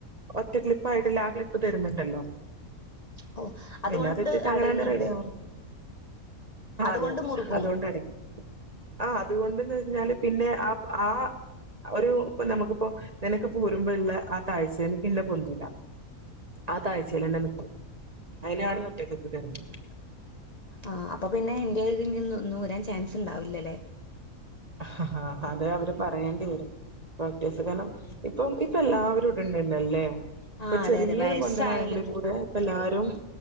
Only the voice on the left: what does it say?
ഓ അതുകൊണ്ട്
അടയുന്നുണ്ട്
അതുകൊണ്ട്
മുറുകും
ആഹ് അപ്പൊ പിന്നെ ഇൻ്റേ ഇതിനിന്നൂരാൻ ചാൻസ്ണ്ടാവൂല്ലല്ലേ?
ആ
അതെ
അതെ വയസ്സായോല്
ഉം